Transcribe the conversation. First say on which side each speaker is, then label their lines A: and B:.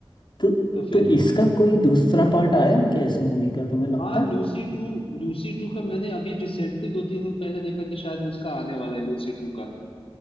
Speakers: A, on the left; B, on the left.
A: तो
B: तो फिर
A: तो इसका कोई दूसरा पार्ट आया है क्या इस मूवी का तुम्हें लगता
B: हाँ
A: है
B: लूसी टू लूसी टू का मैंने अभी रिसेंटली दो तीन दिन पहले देखा कि शायद उसका आने वाला है लूसी टू का